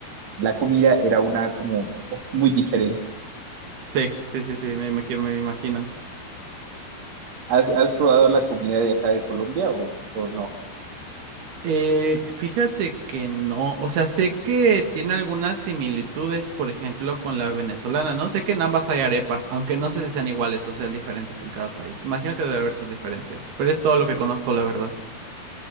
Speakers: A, on the right; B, on the right.
A: la comida era una como eh, muy diferente.
B: Sí, sí, sí, sí, me imagino, me imagino.
A: ¿Has, has probado la comida de acá de Colombia o, o no?
B: Eh, fíjate que no, o sea, sé que tiene algunas similitudes, por ejemplo, con la venezolana, ¿no? Sé que en ambas hay arepas, aunque no sé si sean iguales o sean diferentes en cada país. Imagino que debe haber sus diferencias, pero es todo lo que conozco, la verdad.